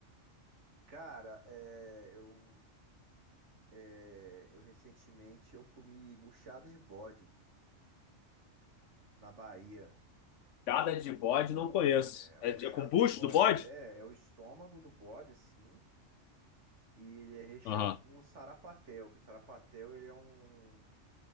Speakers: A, on the right; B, on the left.
A: Cara, é, eu É, eu recentemente eu comi buchada de bode na Bahia.
B: Cada de bode não conheço.
A: É, a
B: É,
A: buchada
B: de- é com bucho
A: de bode
B: do bode?
A: é, é o estômago do bode, assim, e ele é recheado
B: Aham,
A: com o sarapatel, que o sarapatel ele é um,